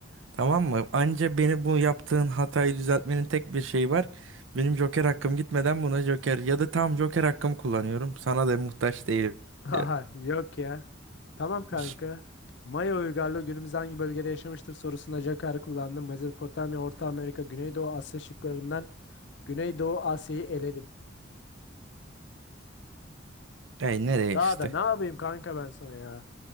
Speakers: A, on the right; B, on the left.
A: Tamam mı? Anca beni bu yaptığın hatayı düzeltmenin tek bir şeyi var. Benim Joker hakkım gitmeden buna Joker ya da tam Joker hakkımı kullanıyorum. Sana da muhtaç değilim
B: Aha,
A: diyorum.
B: yok ya. Tamam kanka.
A: <laughs>
B: Maya uygarlığı günümüzde hangi bölgede yaşamıştır sorusunda Jakar'ı kullandım. Mezopotamya, Orta Amerika, Güneydoğu Asya şıklarından Güneydoğu Asya'yı eledim.
A: Ey nereye
B: Daha
A: işte?
B: da ne yapayım kanka ben sana ya?